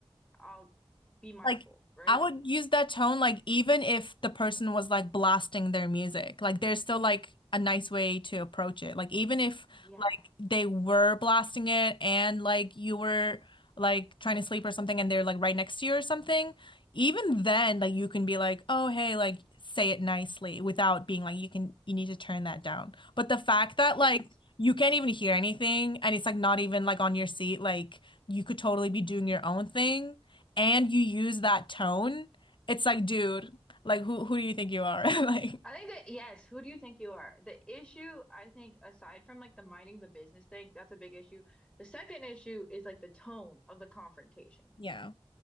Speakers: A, in the centre; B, on the left.
A: I'll be mindful,
B: Like
A: right?
B: I would use that tone like even if the person was like blasting their music. Like there's still like a nice way to approach it. Like even if
A: Yeah,
B: like they were blasting it and like you were like trying to sleep or something and they're like right next to you or something, even then like you can be like, "Oh, hey, like say it nicely" without being like you can you need to turn that down. But the fact that like
A: yes.
B: you can't even hear anything and it's like not even like on your seat, like you could totally be doing your own thing and you use that tone, it's like, dude, like who who do you think you are? <laughs> Like,
A: I think that yes, who do you think you are? The issue, I think, aside from like the minding the business thing, that's a big issue. The second issue is like the tone of the confrontation,
B: Yeah.